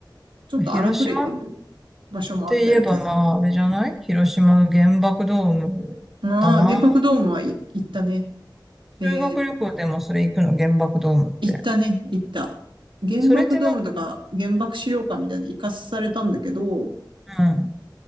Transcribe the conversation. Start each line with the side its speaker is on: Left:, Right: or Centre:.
Right: ちょっと荒くれてる
Centre: 広島っ
Right: 場所もあったような気がす
Centre: て言えばまあ、あれじゃない広島の原爆ドーム
Right: る。ああ、
Centre: だな。
Right: 原爆ドームはい行ったね。えー、
Centre: 修学旅行でもそれ行くの、原爆ドームって。
Right: 行ったね、行った。原爆ドームとか原爆資料館みたいなの行かされたんだけど、
Centre: それってなんか、うん、